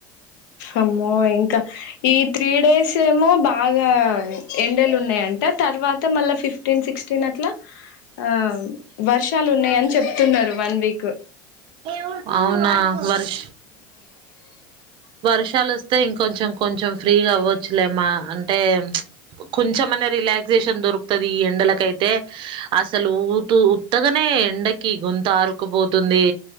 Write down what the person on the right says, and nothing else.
ఏ అవునా వర్ష వర్షాలు వస్తే ఇంకొంచెం కొంచెం ఫ్రీగా అవ్వచ్చులేమా అంటే కొంచెమనే రిలాక్సేషన్ దొరుకుతుది ఈ ఎండలకైతే అసలు ఊత ఉత్తగానే ఎండకి గుొంత ఆరుకుపోతుంది